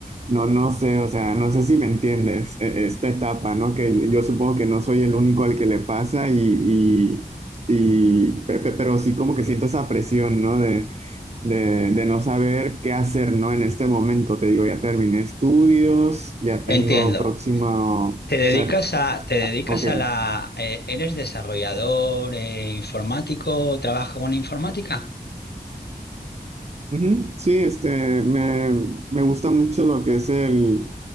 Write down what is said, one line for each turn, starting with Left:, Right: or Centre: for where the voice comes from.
Right: no, no sé, o sea, no sé si me entiendes, e- esta etapa, ¿no? Que yo supongo que no soy el único al que le pasa y, y, y pe- pe- pero sí como que siento esa presión, ¿no? de, de no saber qué hacer, ¿no? En este momento, te digo, ya terminé estudios, ya tengo
Left: Entiendo.
Right: próximo, o
Left: ¿Te dedicas
Right: sea,
Left: a, te dedicas
Right: ah, ok.
Left: a la, eh, eres desarrollador eh, informático, trabajas con informática?
Right: Ujú, Sí, este, me, me gusta mucho lo que es el,